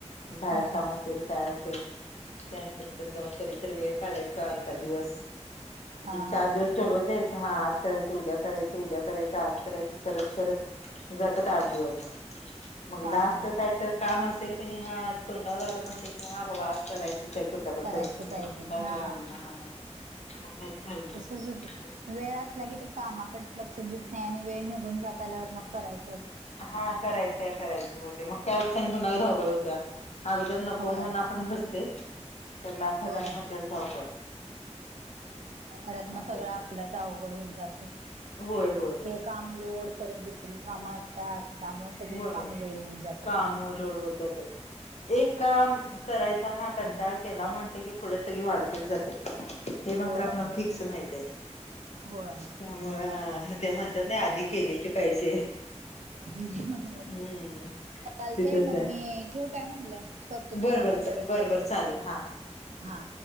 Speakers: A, on the left; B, on the right.
A: बाहेर
B: हा
A: काम
B: हा
A: असेल काय असेल ते आणि पटकन जाऊन कधीतरी वेळ काढायचा एखाद दिवस.
B: हा हा
A: चार
B: हा
A: दिवस टोलवत जा हा आज करायचं उद्या करायचं उद्या करायचं आज करायचं करत करत जातात आठ दिवस. मग लास्ट
B: हा हा
A: काय तर काम असेल क नाय हा तोंडावर आल म्हणते की हा बाबा आज करायचंच आय. कुठल्या पण
B: करायचंच
A: परिस्थिती
B: आहे
A: मग किती
B: ते
A: का वेळ
B: हा
A: लागेना हा. मग त्यांनी करत बसायचं
B: तसच हुतंय वेळ असला की ते कामाकड लक्ष देत नाय आणि वेळ निघून जात आल्यावर मग करायच.
A: हा करायचाय करायचाय होते मग त्यावेळेस पुन्हा आणि धावपळ होतिया. अगोदर नको
B: होय
A: म्हणून आपण घसतोय तर लास्ट
B: होय
A: ला म तेच धावपळ.
B: परत म
A: असं
B: सगळं
A: आहे
B: आपलंच अवघड हुन जाते.
A: होय होय
B: ते काम लोड परत दुसरी कामं असतात त्यामुळं सगळीच
A: होय
B: कामं लोड होऊन जात्यात
A: काम
B: मग.
A: लोड वर जातात. एक काम करायचा हा कंटाळ केला म्हणते की पुढे सगळी वाढतच जात्यात. हे मात्र
B: होय
A: आपणाला फिक्स माहित ये.
B: होय
A: त्यामुळ अ ते म्हणतात नाय आधी केलेची पाहिजे.
B: <unintelligible>
A: हम्म
B: चालते
A: ते तस
B: मम्मी
A: आहे.
B: ठेवू काय म्हणलं करते तुम्हाला
A: बर बर
B: परत
A: बर बर चालेल हा.
B: हा